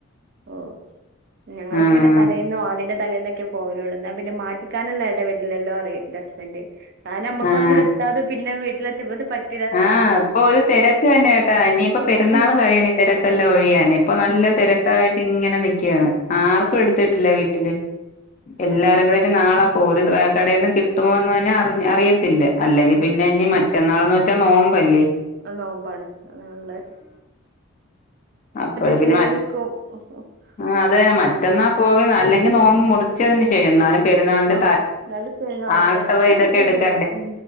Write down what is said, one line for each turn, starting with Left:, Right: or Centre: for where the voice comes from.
Right: ഓ ഞങ്ങളൊക്കെ
Left: ആഹ്
Right: പിന്നെ തലേന്നോ അതിന്റെ തലേന്നൊക്കെ പോവലള്ളൂ എന്നാ പിന്നെ മാറ്റ <unintelligible> ഇട വരില്ലല്ലോ അറ ഹസ്ബൻഡ് കാരണം നമ്മുക്ക
Left: ആഹ്
Right: ഒന്നും എത്താതെ പിന്നെ വീട്ടിലെത്തിത് പറ്റ
Left: ആഹ് ഇപ്പൊ ഒരു തിരക്ക് തന്നെ കേട്ടാ ഇനിയിപ്പോ പെരുന്നാൾ
Right: ഉം
Left: കഴിയണി തിരക്കെല്ലാം ഒഴിയാനെ ഇപ്പൊ നല്ല
Right: ആഹ്
Left: തിരക്കായിട്ട് ഇങ്ങനെ നിക്കാണ് ആർക്കും എടുത്തിട്ടില്ല വീട്ടില് എല്ലാരും
Right: ആഹ്
Left: കൂ നാളെ അപ്പോ ഒരു കടയിൽന്ന് കിട്ടുമോ എന്ന് തന്നെ അഹ് അറിയത്തില്ല അല്ലെങ്കിൽ പിന്നെ ഇനിറ്റ മറ്റന്നാളന്ന് വെച്ചാൽ നോമ്പല്ലേ
Right: അഹ് നോമ്പാണ് അല്ല
Left: അപ്പഴ
Right: ക്ഷീണിക്കും
Left: പിന്നെ ആഹ് അതന്നെ മറ്റന്നാ പോകുന്ന അല്ലെങ്കിൽ നോമ്പ മുറിച്ചതിന് ശേഷ എന്നാലും പെരുന്ന
Right: ആഹ് എന്നാലും തെ ആഹ്
Left: തലക്കെ
Right: തെരക്കായിരിക്കും
Left: എടുക്ക
Right: പിന്നെ ഉം